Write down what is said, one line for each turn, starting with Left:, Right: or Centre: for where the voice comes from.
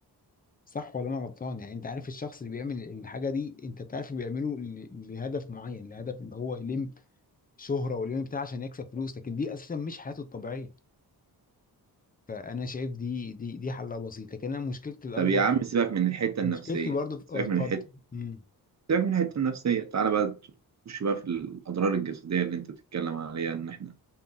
Left: صح ولا انا غلطان يعني انت عارف الشخص اللي بيعمل الحاجة دي انت بتعرف بيعمله ل- لهدف معين لهدف ان هو يلم شهرة ويلم بتاع عشان يكسب فلوس لكن دي اساسا مش حياته الطبيعية فانا شايف دي دي دي حلها بسيط لكن انا مشكلتي الاكبر
Right: طب يا
Left: في
Right: عم سيبك من الحته النفسيه
Left: مشكلتي برضو في
Right: سيبك
Left: اه اتفضل
Right: من الحته
Left: امم
Right: سيبك من الحته النفسيه تعالى بقى تخش بقى في الاضرار الجسديه اللي انت بتتكلم عليها ان احنا